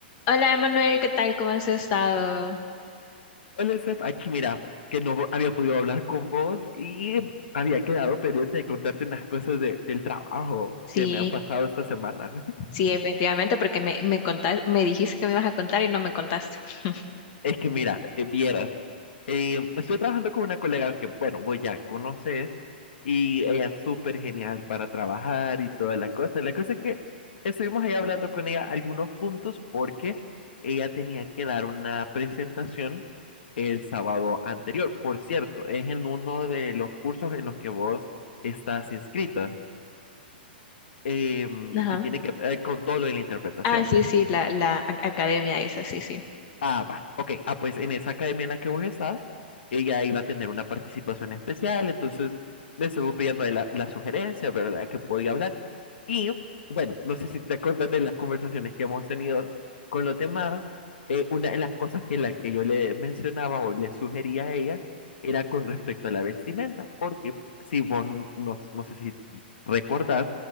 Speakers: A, on the left; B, on the left.
A: Hola, Emanuel, ¿qué tal? ¿Cómo has estado?
B: Hola, Steph, aquí mira, que no había podido hablar con vos y había quedado pendiente de contarte unas cosas de- del trabajo
A: Sí,
B: que me han pasado esta semana. <laughs>
A: sí, efectivamente, porque me, me contas- me dijiste que me ibas a contar y no me contaste. <laughs>
B: Es que mira, eh, vieras, Eh, estoy trabajando con una colega que, bueno, vos ya conoces y ella es súper genial para trabajar y toda la cosa. La cosa es que estuvimos ahí hablando con ella algunos puntos porque ella tenía que dar una presentación el sábado anterior. Por cierto, es en uno de los cursos en los que vos estás inscrita, em,
A: Ajá.
B: que tiene que ver con todo lo de la interpretación.
A: Ah, sí, sí, la, la a- academia esa, sí, sí.
B: Ah, va. Ok. Ah, pues en esa academia en la que vos estás, ella iba a tener una participación especial, entonces le estuvo pidiendo la, la sugerencia, ¿verdad? Que podía hablar. Y bueno, no sé si te acuerdas de las conversaciones que hemos tenido con los demás. eh, una de las cosas que, la que yo le mencionaba o le sugería a ella era con respecto a la vestimenta, porque si vos, n- no, no sé si t- recordás